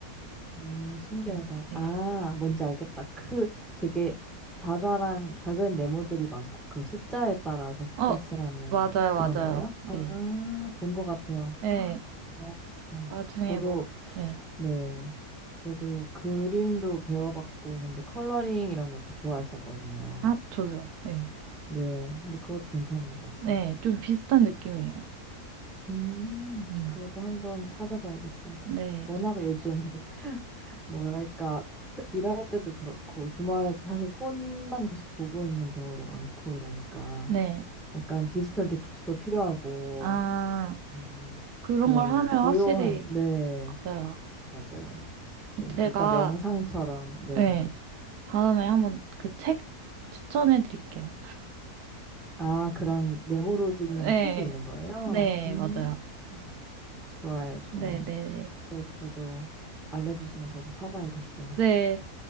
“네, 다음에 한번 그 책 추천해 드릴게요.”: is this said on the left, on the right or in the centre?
Right